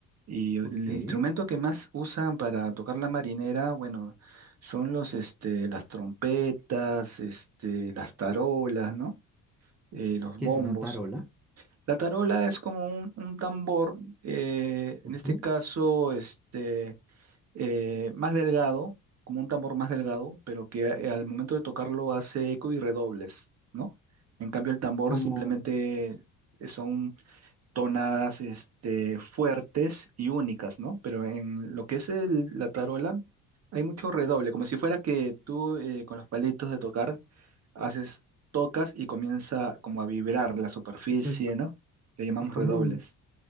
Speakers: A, on the right; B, in the centre.
A: Y el
B: Ok. Que
A: instrumento que más usan para tocar la marinera, bueno, son los, este, las trompetas, este, las tarolas, ¿no? Eh, los bombos.
B: es una tarola.
A: La tarola es como un, un tambor, eh, en
B: Ujú.
A: este caso, este eh, más delgado, como un tambor más delgado, pero que a- al momento de tocarlo hace eco y redobles, ¿no? En cambio, el tambor
B: Como,
A: simplemente eh, son tonadas este, fuertes y únicas, ¿no? Pero en lo que es el- la tarola, hay mucho redoble, como si fuera que tú eh, con los palitos de tocar haces, tocas y comienza como a vibrar la superficie,
B: eso es,
A: ¿no? Le llamamos
B: es como
A: redobles.
B: un,